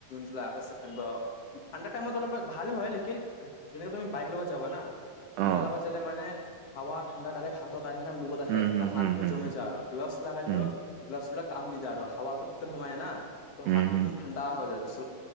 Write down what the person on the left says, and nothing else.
আগষ্ট ছেপটেম্বৰ ঠাণ্ডা টাইমত অলপ ভাল হয় লেকিন যেনেকে তুমি বাইক লগত যাবা ঠাণ্ডা
লগাই যালে মানে হাৱা ঠাণ্ডা ডাইৰেক্ হাতত আহে মুগত আহে
হাততটো
জমি যায় আৰু গ্লভছ ল লগালেও
গ্লভছ বিলাক । কাম নিদে আৰু হাৱাাতটো ভিতৰ সময়ে না ত হাতটো
একদম ঠাণ্ডা হৈ য আৰু